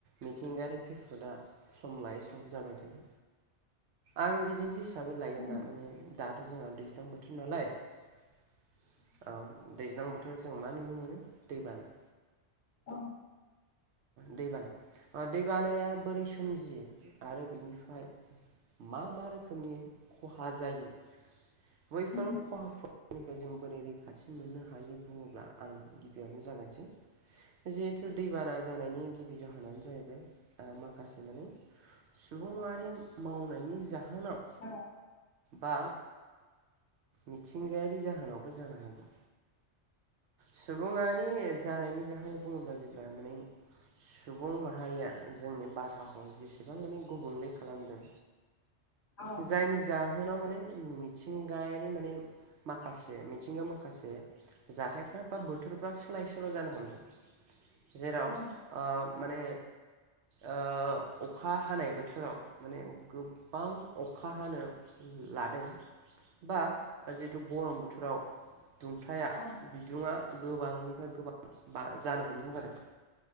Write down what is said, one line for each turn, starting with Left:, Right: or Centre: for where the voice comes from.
Right: मिथिंगायारि खैफोद दा सम लायै सम जाबाय थायो आं बिदिन्थि हि हिसाबै लायोब्ला
Left: उम
Right: माने दाथ' जोंहा दैज्लां बोथोर नालाय। औ दैज्लां बोथोराव जों मा नुनो मोनो दै बाना।
Left: औ।
Right: दैबाना दैबानाया बोरै सोमजियो आरो बिनिफ्राय मा मा रोखोमनि खहा जायो। बैफोर
Left: उम उम
Right: खहाफोरनिफ्राय जों बोरै रैखाथि मोननो हायो बुङोब्ला आं। गिबियावनो जागायसै जिहेथु दैबाना जानायनि गिबि जाहोनानो जाहैबाय। ओ माखासे माने सुबुंङारि मावनायनि जाहोनाव।
Left: औ
Right: बा मिथिंगायारि जाहोनावबो जानो हागौ। सुबुङारि जानायनि जाहोनाव बुङोब्ला जेब्ला माने। सुबुं माहारिया जोंनि बारहावाखौ जेसेबां माने गुबुंले खालामदों
Left: औ
Right: जायनि जाहोनाव माने मिथिं गायारि माने माखासे मिथिंगायाव माखासे जाथायफ्रा बा बोथोरफ्रा सोलाय सोल' जानो हमदों। जेराव
Left: औ
Right: माने ओं अखा हानाय बोथोराव माने गोबां अखा हानो लादों बा जिहेतु गरम बोथोराव दुंथाया
Left: औ
Right: बिदुङा गोबांनिफ्राय गोबां बा जानो हमदों आरो